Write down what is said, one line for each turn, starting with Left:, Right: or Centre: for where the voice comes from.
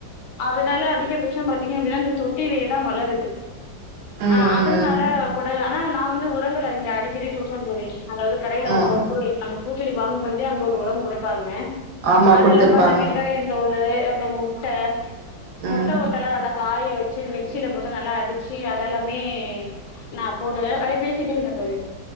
Left: அதனால அதிகபட்சம் பாத்தீங்க அப்படின்னா இந்தந்த தொட்டிலேயே தான் வளருது
Right: ம்
Left: ஆஹ் அதனால
Right: ம்
Left: கூட ஆனா நான் வந்து உரங்கள் அறிங்க அடிச்சு சரி குடுப்போனு சொல்லி அதாவது கடைல வாங்கறவுங்க
Right: ம்
Left: கூட நம்போ பூச்செடி வாங்கும்பொழுதே அங்க ஒரு உரம் குடுப்பாங்க
Right: ஆமா
Left: அதுவோல்லாம
Right: குடுத்துருப்பாங்க
Left: இந்த வெங்காயோ தோல் ஸ்ப்றே அப்றோ முட்ட
Right: ம்
Left: முட்ட ஓட் நல்லா காய வெச்சு மிக்சியில போட்டு நல்லா அடிச்சு அதெல்லாமே நான் போடுவேன் அப்டீயே பேசிட்டே இருங்க தோழி